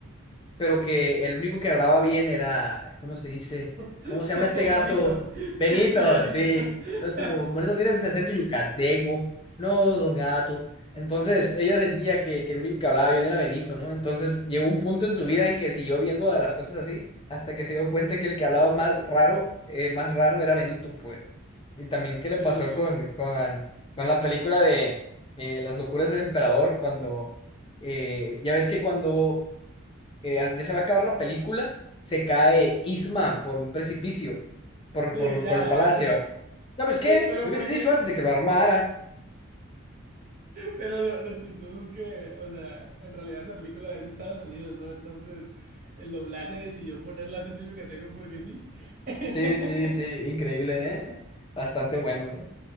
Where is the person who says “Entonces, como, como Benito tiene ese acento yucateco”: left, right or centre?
Left